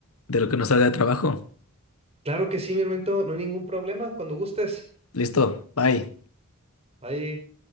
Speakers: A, on the left; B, on the right.
A: de lo que nos salga de trabajo?
B: Claro que sí, mi hermanito, no hay ningún problema, cuando gustes.
A: Listo, bye.
B: Ahí.